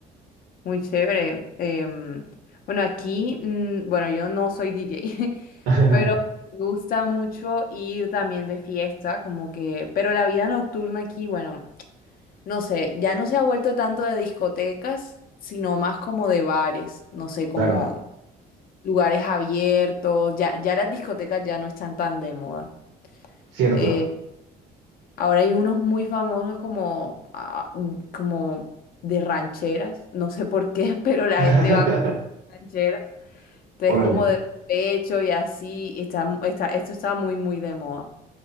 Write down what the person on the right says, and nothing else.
<laughs>
Claro,
cierto.
<laughs>
Órale,